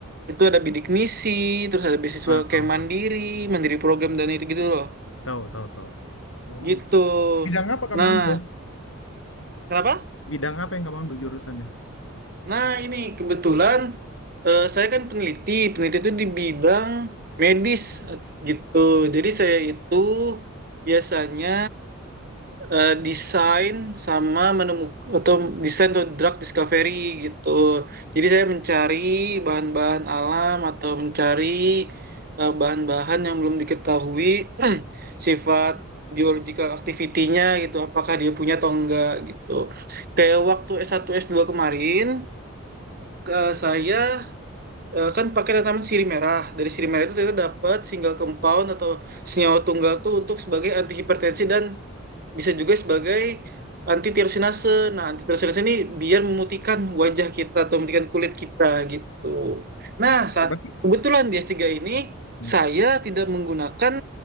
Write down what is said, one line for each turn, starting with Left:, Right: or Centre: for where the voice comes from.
Right: itu ada bidik misi, terus ada beasiswa
Left: Ah, tahu
Right: kayak mandiri,
Left: tahu.
Right: mandiri program dan itu gitu loh.
Left: Tahu tahu tahu. Oh,
Right: Gitu.
Left: bidang apa kamu
Right: Nah,
Left: ambil?
Right: kenapa?
Left: Bidang apa yang kamu ambil jurusannya?
Right: Nah, ini kebetulan eh, saya kan peneliti. Peneliti itu di bidang medis eh, gitu. Jadi saya itu biasanya eh, desain sama menemukan atau desain atau drug discovery gitu. Jadi saya mencari bahan-bahan alam atau mencari eh, bahan-bahan yang belum diketahui <clears throat> sifat biological activity-nya gitu, apakah dia punya atau enggak gitu. Kayak waktu S1 S2 kemarin, ke saya eh, kan pakai tanaman sirih merah. Dari sirih merah itu ternyata dapat single compound atau senyawa tunggal tuh untuk sebagai anti hipertensi dan bisa juga sebagai anti tirosinase. Nah, anti tirosinase ini biar memutihkan wajah kita atau memutihkan kulit kita gitu. Nah,
Left: Oh,
Right: saat
Left: berarti
Right: kebetulan di S3 ini
Left: Hmm,
Right: saya tidak menggunakan